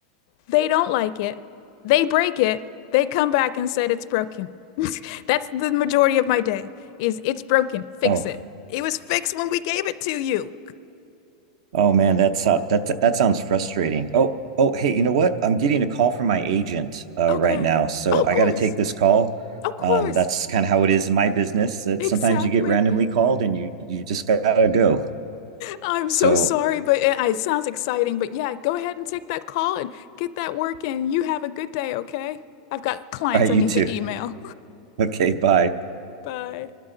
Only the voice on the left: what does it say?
They don't like it. They break it. They come back and said it's broken. <laughs> That's the majority of my day is it's broken.
Fix
it. It was fixed when we gave it to you.
Okay.
Oh, of
course.
Of course.
Exactly.
I'm
so sorry,
but it, it sounds exciting. But yeah, go ahead and take that call and get that work in. You have a good day, okay? I've got clients
I
need
to email.
<laughs> Bye.